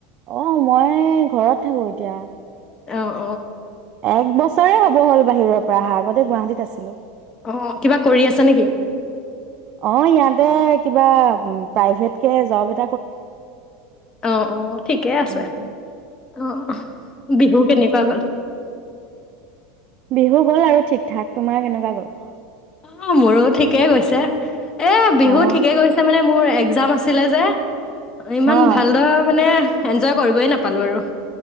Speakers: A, on the right; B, on the left.
A: অ ময়ে ঘৰত থাকো এতিয়া।
B: এঅ
A: একবছ তয়ে হব হল বাহিৰৰ পৰা আহা আগতে গুৱাহাটীত আছিলো।
B: অ কিবা কৰি আছা নেকি
A: অ ইয়াতে কিবা-ম-প্ৰাইভেট কে জব এ
B: অ অ ঠিকেই আছে,
A: ঘৰতে
B: অ- অহ বিহু কেনেকুৱা গল?
A: বিহু গ'ল আৰু ঠিক ঠাক, তোমাৰ কেনেকুৱা গ'ল?
B: অ মোৰো ঠিকেই গৈছো এ বিহু
A: অ
B: ঠিকে গৈছে, মানে মোৰ যাম আছিলে যে অ-ইমান
A: হা
B: ভালদৰা মানে এনজয় কৰিবই নাপালো আৰু